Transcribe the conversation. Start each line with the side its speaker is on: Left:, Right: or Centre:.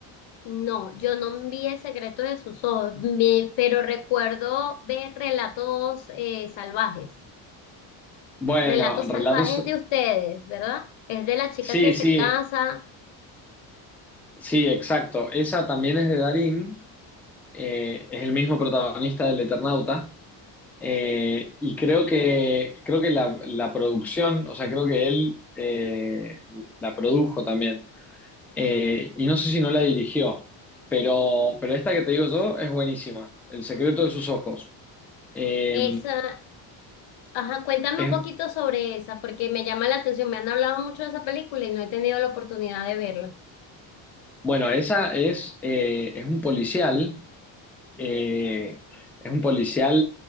Left: no, yo no vi el secreto de sus ojos, me- pero recuerdo ver relatos eh, salvajes,
Centre: Bueno,
Left: relatos
Centre: relatos.
Left: salvajes de ustedes, ¿verdad? Es de la chica
Centre: Sí,
Left: que se
Centre: sí,
Left: casa,
Centre: sí, exacto. Esa también es de Darín eh, es el mismo protagonista del Eternauta, eh, y creo que, creo que la, la producción, o sea, creo que él eh, la produjo también, Eh, y no sé si no la dirigió, pero, pero esta que te digo yo es buenísima, El secreto de sus ojos. Eh,
Left: esa, Ajá, cuéntame
Centre: es,
Left: un poquito sobre esa, porque me llama la atención. Me han hablado mucho de esa película y no he tenido la oportunidad de verla.
Centre: bueno, esa es, eh, es un policial Eh, es un policial